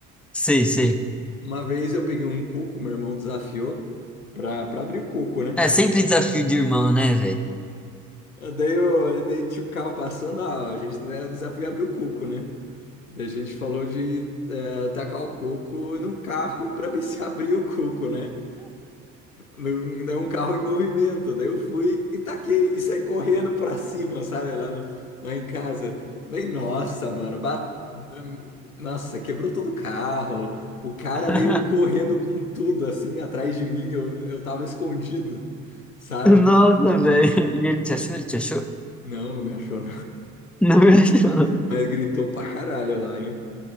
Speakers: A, in the centre; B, on the left.
A: Sei, sei.
B: Uma vez eu peguei um coco, meu irmão desafiou pra, pra abrir o coco, né?
A: É sempre desafio de irmão, né, velho?
B: Daí, o, daí tinha o carro passando, ah, a gente, né, o desafio é abrir o cuco, né? Daí a gente falou de eh, tacar o coco num carro <laughs> para ver se abria o coco, né? Num, num carro em movimento. Daí eu fui e taquei e saí correndo para cima, sabe? Lá, lá em casa. Daí, nossa, mano, ba- nossa, quebrou todo o carro. O cara
A: <laughs>
B: veio correndo com tudo assim atrás de mim. Eu, eu tava escondido, sabe?
A: Nossa, velho. E ele te achou? Ele te achou?
B: Não, não me achou,
A: Não me achou.
B: Mas gritou pra caralho lá, hein?